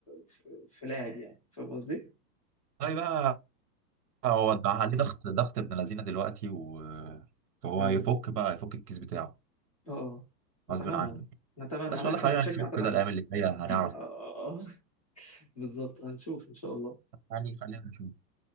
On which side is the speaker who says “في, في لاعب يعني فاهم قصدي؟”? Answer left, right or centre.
Left